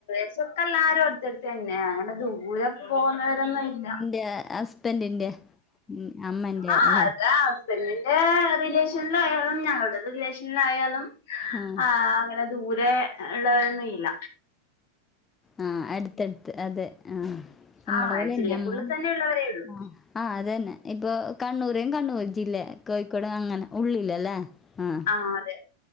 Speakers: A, on the left; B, on the left.
A: കൊറച്ചോക്കെ എല്ലാരും അടുത്തടുത്ത് തന്നെ അങ്ങനെ ദൂരെ പോന്നവരന്നോയ് ഇല്ല
B: ന്റെ ഹസ്ബൻഡിന്റെ ഉം അമ്മന്റെ
A: ആഹ്
B: അല്ല
A: അത പെണ്ണിന്റെ റിലേഷനിലായാലും ഞങ്ങളുടെ റിലേഷനിലായാലും
B: ആഹ്
A: ആ അങ്ങനെ ദൂരെ ഉള്ളവരൊ ഒന്നും ഇല്ല
B: ആ അടുത്തടുത്ത് അതെ ആ നമ്മള
A: ആഹ്
B: പോലെന്നെ
A: ജില്ലക്കുള്ളിൽ
B: അമ്മ
A: തന്നെ ഉള്ളവരേ ഉള്ളൂ
B: ആ ആ അതന്നെ ഇപ്പൊ കണ്ണൂരും കണ്ണൂർ ജില്ല കോഴിക്കോട അങ്ങനെ ഉള്ളിലല്ലേ ആഹ്
A: ആ അതെ